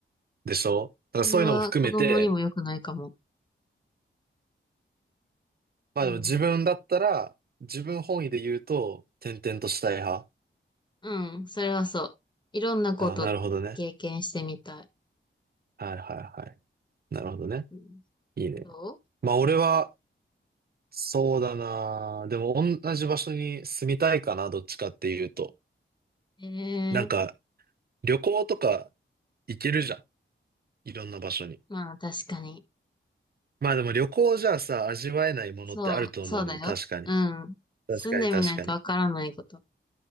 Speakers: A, on the right; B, on the left.
A: でしょだからそういうのも含めて、
B: それは子供にも良くないかも。
A: まあでも自分だったら、
B: うん。
A: 自分本位で言うと、転々としたい派。
B: うん、それはそう。いろんなこと経験してみたい。
A: ああ、なるほどね。はいはいはい。なるほどね。
B: うん
A: いいね。
B: どう
A: まあ俺は、そうだな。でも同じ場所に住みたいかな、どっちかっていうと。
B: ええー
A: なんか、旅行とか行けるじゃん。いろんな場所に。
B: まあ確かに。
A: まあでも旅行じゃさ、味わえないものってあると思うのよ。
B: そう、そうだよ。
A: 確かに。
B: うん。
A: 確かに確かに。
B: 住んでみないとわからないこと。